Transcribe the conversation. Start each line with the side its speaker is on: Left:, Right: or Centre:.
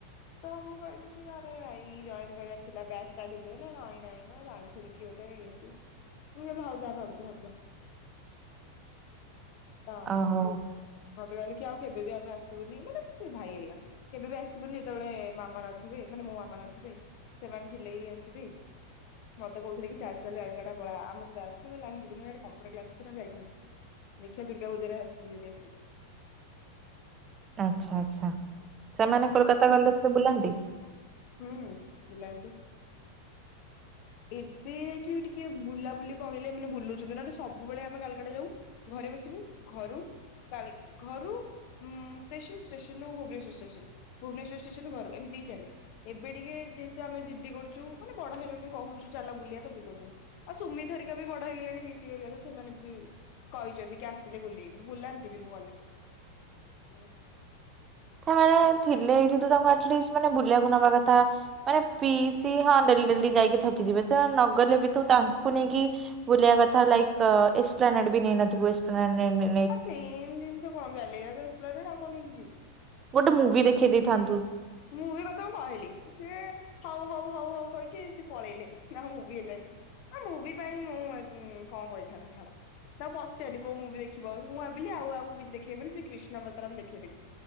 Left: ତ ମୁଁ କହିଲି କି ଆରେ ଭାଇ ଜଏନ କରିବାର ଥିଲା ବ୍ୟାଚ୍ ଷ୍ଟାର୍ଟ ହେଇଯିବ। ନା ନାଇଁ ନାଇଁ ଆମେ ଜାଣିଚୁ। ଠୁଣିକି ଗୋଟେ ଇଏ ସିଏ ମୁଁ କହିଲି ହଉ ଯାହା ଭାବୁଚୁ ଭାବ। ଯା ତ
Right: ଓହୋ
Left: ମତେ କହିଲେ କି ଆଉ କେବେ ବି ଆମେ ଆସିବୁନି ମାନେ ସେଇ ଭାଇ ହେରିଆ। କେବେ ବି ଆସିବୁନି ଯେତେବେଳେ ମାମା ନଥିବେ ମାନେ ମୋ ମାମା ନଥିବେ। ସେମାନେ ଥିଲେ ହି ଆସିବି। ମତେ କହୁଥିଲେ କି ଚାଲ ଚାଲ କାଲକାଟା ପଳା ଆମ ସହିତ ଆସେ। ମୁଁ କହିଲି ନାଇଁ ଯିବିନି ଆଡ଼େ କମ୍ପୁଟର କ୍ଲାସ ଅଛି ନା ଯାଇି ଦୁଗାୂଜାରେ ଆସିବି ଯି ଆସିବି।
Right: ଆଚ୍ଛା ଆଚ୍ଛା ସେମାନେ କୋଲକାତା ଗଲେ ସେରେ ବୁଲାନ୍ତି।
Left: ହୁଁ ବୁଲନ୍ତି। ଏବେ ଯାଇକି ଟିକେ ବୁଲାବୁଲି କହିଲେ ଏାନେ ବୁଛନ୍ତି। ସବୁବେଳେ ଆମେ କାଲକାଟା ଯାଉ ଘରେ ବସିବୁ ଘରୁ। କାଲି ଘରୁ ଷ୍ଟେସନ ଷ୍ଟେସନୁ ଭୁବନେଶ୍ର ଷ୍ଟେସନ। ଭୁବନେଶ୍ୱର ଷ୍ଟେସନ ଘରୁ ଏମିତି ହି ଚାଲେ। ଏବେ ଟିକେ ଯେହେତୁ ଆମେିଦି କରୁଛୁ ମାନେ ବଡ ହେଲୁଣି କହୁଛୁ ଚାଲ ବୁଲିବା ତ ବୁଲଉଛନ୍ତି। ଆଉ ସୁମିତ ଧରିକା ବି ବଡ ହେଇଗଲେଣି। ସିଏ ୟାଡୁ ସେମାନେ ବି କହିଚନ୍ତି କି ଆସିଲେ ବୁଲେଇବୁ ବୁଲାନ୍ତି ବି ମୁଁ ଗଲେ। ହୁଁ।
Right: ସେମାନେ ଥିଲେ ଏଇଠି ତ ତାଙ୍କୁ ଆଟଲିଷ୍ଟ ମାନେ ବୁଲିଆକୁ ନବା କଥା ମାନେ ପିଇସି ହଁ ଡେଲି ଡେଲି ଯାଇକି ଥକିଯିବେ ତ ନଗଲେ ବି ତୁ ତାଙ୍କୁ ନେଇକି ବୁଲିବା କଥା ଲାଇକ୍ ଏକ୍ସପ୍ଲାନେଟ୍ ବି ନେଇନଥୁବୁ ଏସପ୍ଲାନେଟ୍ ନେଇ
Left: ଆଉ ସେମ ଜିନଷ କଣ ଜାଣଲେ <unintelligible> ତ ଏକ୍ସପ୍ଲାନେଟ୍ ଆଉ କଣ ନେଇକି ଯିବି।
Right: ଗୋଟେ ମୁଭି ଦେଖେଇ ଦେଇଥାନ୍ତୁ।
Left: ମୁଭି କଥା ମୁଁ କହିଲି ସିଏ ହୋଉ ହୋଉ ହୋଉ ହୋଉ କହିକି ସେ ପଳେଇଲେ ଆମ ମୁଭି ହେଲାନି। ଆ ମୁଭି ପାଇଁ ମୁଁ ଆଜ ଉଁ କଣ କହିଥାନ୍ତି ଛାଡ। ତାଙ୍କୁ ପଚାରଲି କୋଉ ମୁଭି ଦେଖିବ ମୁଁ ଭାବିଲି ଆଉ ଆମୁକୁ କିଛି ଦେଖେଇବେନି ସେଇ କ୍ରୀଷ୍ଣବତାରମ୍ ଦେଖେଇ ଦେବି।